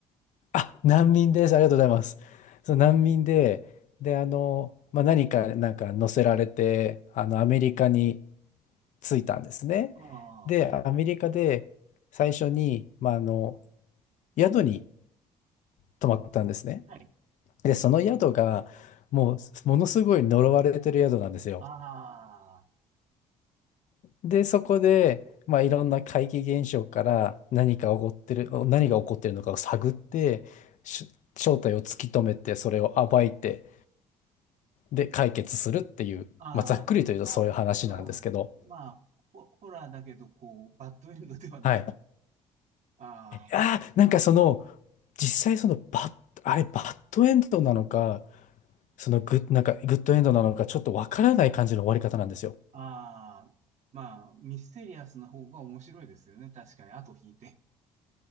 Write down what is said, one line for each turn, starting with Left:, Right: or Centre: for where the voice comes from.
Left: あ、難民です。ありがとうございます。そう、難民で、で、あの、まあ、何か、なんか乗せられて、あの、アメリカに着いたんですね。
Right: ああ、
Left: で、アメリカで最初に、まあ、あの、宿に泊まったんですね。
Right: はい。
Left: で、その宿が、もう、ものすごい呪われてる宿なんですよ。
Right: ああ、
Left: で、そこで、まあ、いろんな怪奇現象から何か起こってる、何が起こってるのかを探って、し正体を突き止めて、それを暴いて、で解決するっていう、
Right: ああ、
Left: まあ、ざっくりと言うとそういう話なんですけど、
Right: まあ、まあ、まあ、ホ、ホラーだけど、こう、バッドエンドではない。
Left: はい。
Right: あ
Left: あー、なんかその、実際そのバッ、あれ、バッドエンドなのか、そのグッ、なんかグッドエンドなのか、ちょっとわからない感じの終わり方なんですよ。
Right: あ、ああ、まあ、ミステリアスな方が面白いですよね。確かに、後引いて。